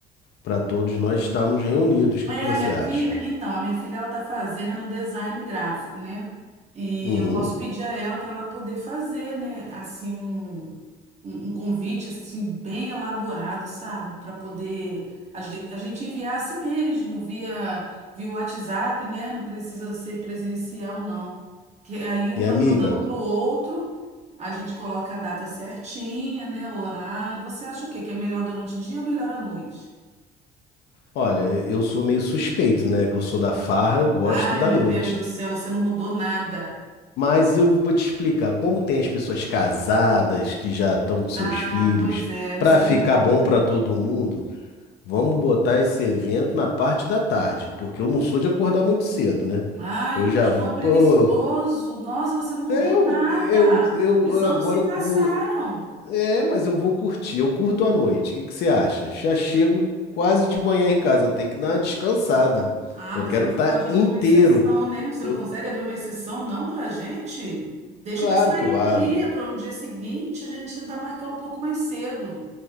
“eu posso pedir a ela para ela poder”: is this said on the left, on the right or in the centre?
Right